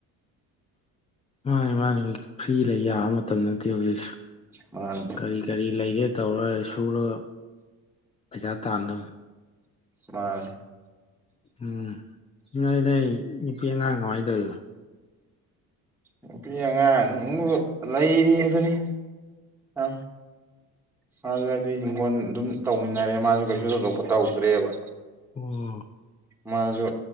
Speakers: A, on the left; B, in the centre.
A: ꯃꯥꯅꯤ ꯃꯥꯅꯤ ꯍꯧ ꯐ꯭ꯔꯤ ꯂꯩ ꯌꯥꯕ ꯃꯇꯝ ꯅꯠꯇꯦ ꯍꯧꯖꯤꯛꯁꯨ
B: ꯑ
A: ꯀꯔꯤ ꯀꯔꯤ ꯂꯩꯒꯦ ꯇꯧꯔ ꯁꯨꯔ ꯄꯩꯁꯥ ꯇꯥꯟꯗꯧ
B: ꯃꯥꯅꯦ
A: ꯎꯝ ꯅꯣꯏ ꯅꯣꯏ ꯅꯨꯄꯤ ꯑꯉꯥꯡ ꯀꯃꯥꯏꯅ ꯇꯧꯅꯣ
B: ꯅꯨꯄꯤ ꯑꯉꯥꯡꯕꯨ ꯂꯩꯔꯤ ꯑꯗꯨꯅꯤ ꯑꯪ ꯃꯥꯁꯨ ꯍꯥꯏꯗꯤ ꯍꯤꯡꯈꯣꯜ ꯑꯗꯨꯝ ꯇꯧꯃꯤꯟꯅꯔꯦ ꯃꯥꯁꯨ ꯀꯩꯁꯨ ꯊꯣꯏꯗꯣꯛꯄ ꯇꯧꯗ꯭ꯔꯦꯕ
A: ꯎꯝ
B: ꯃꯁꯨ